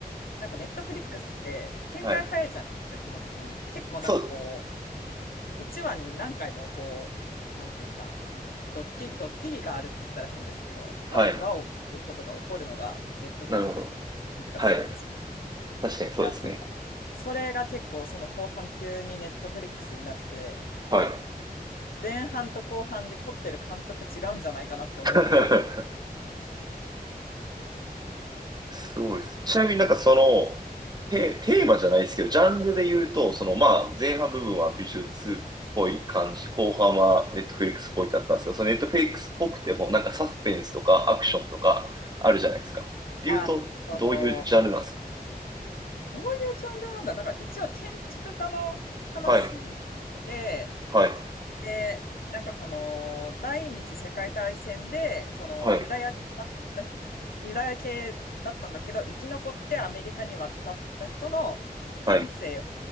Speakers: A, on the left; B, on the right.
A: なんかネットフリックスって展開早いじゃないですか、
B: はい。
A: 基本的に。結構なんかこ
B: そう、
A: う、1話に何回もこう、なんというか、ドッキリ、ドッキリがあるって言ったら変ですけど、
B: はい。
A: わ、わおっていうことが起こるのが、ネットフリックス感じがするんですけ
B: なるほど。はい。確かにそうですね。
A: ど、あそそれが結構、その後半急にネットフリックスになって、
B: はい。
A: 前半と後半で撮ってる監督違うんじゃないかなって思うぐらい。
B: <laughs> すごいです。ちなみになんかその、テ、テーマじゃないですけど、ジャンルで言うと、そのまあ、前半部分は美術っぽい感じ、後半はネットフリックスっぽいだったんですけど、そのネットフリックスっぽくても、なんかサスペンスとかアクションとかあるじゃないですか。で言うと、
A: あ、えっと、
B: どういうジャンルなんです
A: どういうジャンルなんだなんか一応建築家の話に出て
B: かはい、
A: て、
B: はい、
A: で、なんかその、第二次世界大戦で、その、
B: はい、
A: ユダヤだった人、ユダヤ系だったんだけど、生き残ってアメリカに渡った人の半生を
B: はい、